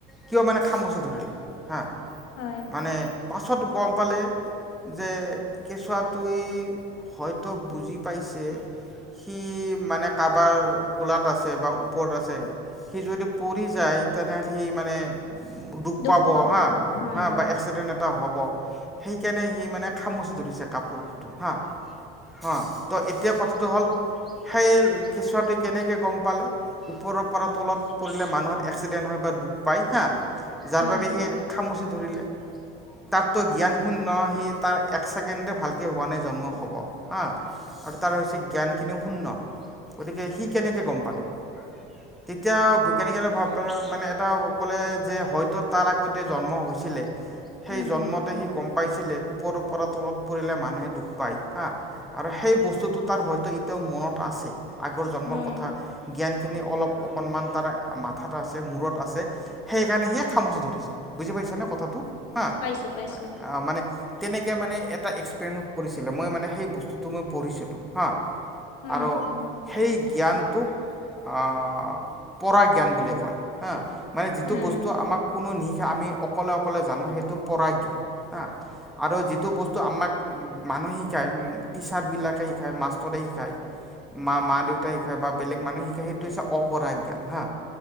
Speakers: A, in the centre; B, on the left.
A: কিয় মানে খামুচি ধৰিলে? হা
B: হয়
A: মানে, পাছত গম পালে যে কেঁচুৱাটোৱে হয়টো বুজি পাইছে। সি মানে কাৰবাৰ কোলাত আছে বা। ওপৰত আছে, সি যদি পৰি যায় তেনেহ'লে সি মানে। দোষ
B: দুখ
A: পাব হা
B: উম
A: হা বা এক্সিডেণ্টত এটা হ'ব। সেইকাৰণে সি মানে খামুচি ধৰিছে কাপোৰ ফুটো হা। অ' ত এতিয়া কথাটো হ'ল সেই কেঁচুৱাটো কেনেকৈ গম পালে ওপৰৰ পৰা তলত পৰিলে মানুহত এক্সিডেণ্ট হয় বা দুখ পাই হা যাৰ
B: উম
A: বাবেহে খামুচি ধৰিলে। তাৰতো জ্ঞান শুন্য সি তাৰ এক ছেকেণ্ডে ভালকে হোৱা নাই জন্ম হ'ব হা। আৰু তাৰ হৈছে জ্ঞান খিনিও শুন্য গতিকে সি কেনেকে গম পালে।
B: <inaudible>
A: তেতিয়া বৈজ্ঞানিকলে ভাব মানে এটা ক'লে যে হয়তো তাৰ আগতে জন্ম হৈছিলে সেই
B: উম
A: জন্মতে সি গম প পাইছিলে ওপৰৰ পৰা তলত পৰিলে মানুহে দুখ পায় হা আৰু সেই বস্তুতটো তাৰ হয়তো এতিয়াও মনত। আছে আগৰ জন্মৰ
B: উম
A: কথা জ্ঞানখিনি অলপ অকণমান তাৰ। মাথাাত আছে মূৰত আছে সেই কাৰণে সিয় খামুচি ধৰিছে বুজি পাইছা নে কথাটো হা আহ
B: পাইছো পাইছো
A: মানে। তেনেকৈ মানে এটা এক্সপেৰিয়েঞ্চ কৰিছিলে মই মানে সেই বস্তুটো মই পঢ়িছিলোঁ হাঁ।
B: উম,
A: আৰু সেই জ্ঞানটোক আহ পৰা জ্ঞান বুলি কয় হা মানে যিটো
B: উম,
A: বস্তু আমাক কোনো নি আমি অকলে অকলে জানো সেইটো পৰাজ্ঞান হা। আৰু যিটো বস্তু আমাক মানুহে শিকায় টিচাৰবিলাকে শিকায় মাষ্টৰে শিকায় মা মা দেউতাই শিকায় বা বেলেগ মানুহ সেইটো হৈছে অপৰাজ্ঞান হা